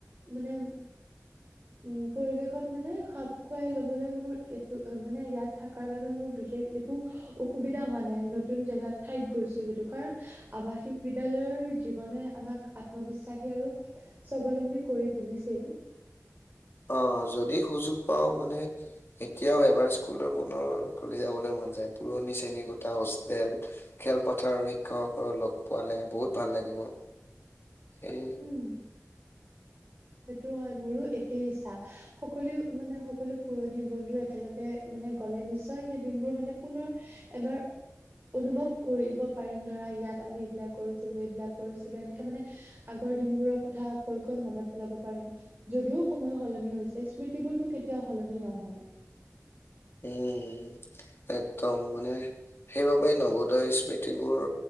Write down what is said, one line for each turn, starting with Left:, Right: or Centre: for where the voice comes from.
Right: মানে উ, পৰিৱেশত মানে খাপ খুৱাই লবলৈ মোৰ এইটো মানে ইয়াত থকাৰ বাবে মোৰ বিশেষ একো অসুবিধা হোৱা নাই নতুন জেগাত ঠাইত গৈছো যদিও কাৰণ আৱাসিক বিদ্যলয়ৰ জীৱনে আমাক আত্মবিশ্বাসী আৰু স্বাৱলম্বী কৰি তুলিছেই।
Left: অ', যদি সুযোগ পাও মানে এতিয়াও এবাৰ স্কুলৰ পুনৰ ঘূৰি যাবলৈ মন যায় পুৰণি শ্ৰেণীকোঠা হোষ্টেল খেলপথাৰ আৰু শিক্ষকসকল লগ পোৱা হ'লে বহুত ভাল লাগিব এই
Right: উম। সেইটো হয়, মোৰো একেই ইচ্ছা। সকলোৱে মানে সকলো পুৰণি বন্ধু একেলগে মানে গ'লে নিশ্চয় সেই দিনবোৰ মানে পুনৰ এবাৰ অনুভৱ কৰিব পাৰিম ধৰা ইয়াত আমি এইবিলাক কৰিছিলো এইবিলাক কৰিছিলো এনেকে মানে আগৰ দিনবোৰৰ কথা কৈ কৈ মনত পেলাব পাৰিম যদিও সময় সলনি হৈছে স্মৃতিবোৰতো কেতিয়াও সলনি নহয়।
Left: উম, একদম মানে সেইবাবেই নৱোদয় স্মৃতিবোৰ